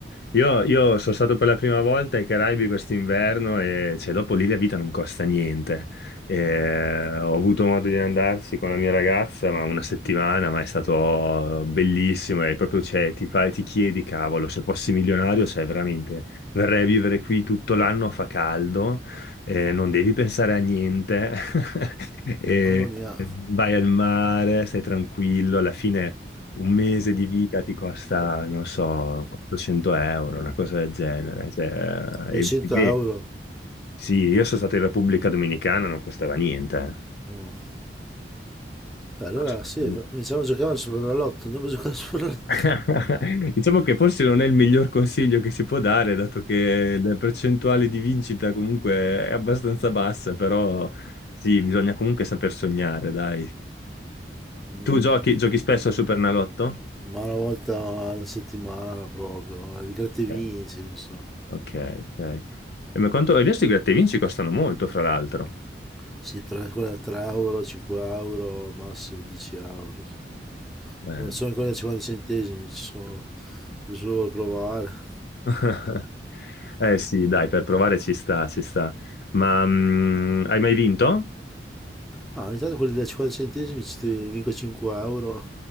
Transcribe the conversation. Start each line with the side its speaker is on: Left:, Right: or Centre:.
Left: Io, io sono stato per la prima volta ai Caraibi quest'inverno e cioè, dopo lì la vita non costa niente. Eh, ho avuto modo di andarci con la mia ragazza, ma una settimana, ma è stato bellissimo e proprio cioè, ti, fa- ti chiedi, cavolo, se fossi milionario, cioè veramente verrei a vivere qui tutto l'anno, fa caldo, eh, non devi pensare a niente, <laughs> e
Centre: Mamma mia,
Left: vai al mare, stai tranquillo, alla fine un mese di vita ti costa, non so, 400 euro, una cosa del genere. Cioè, e-
Centre: 200
Left: e beh,
Centre: euro.
Left: sì, io sono stato in Repubblica Dominicana, non costava niente. eh.
Centre: Mm. Beh, allora
Left: Assolutamente.
Centre: sì, iniziamo a giocare al Superenalotto. Andiamo a giocare al Superenalotto.
Left: <laughs> Diciamo che forse non è il miglior consiglio che si può dare, dato che la percentuale di vincita comunque è abbastanza bassa, però sì, bisogna comunque saper sognare, dai.
Centre: <laughs>
Left: Tu giochi, giochi spesso al Supernalotto?
Centre: Ma una volta alla settimana proprio, eh, il gratta e vinci,
Left: Ok,
Centre: non so.
Left: ok. ok. E ma quanto... Adesso i gratta e vinci costano molto, fra l'altro.
Centre: Sì, tre, quella da 3 euro, 5 euro, al massimo 10 euro. Sono,
Left: Eh.
Centre: sono quelle da 50 centesimi, ci sono, se solo vuoi provare.
Left: <laughs> Eh sì, dai, per provare ci sta, ci sta. Ma mm, hai mai vinto?
Centre: Ah, ogni tanto quelli da 50 centesimi ci ti vinco 5 euro,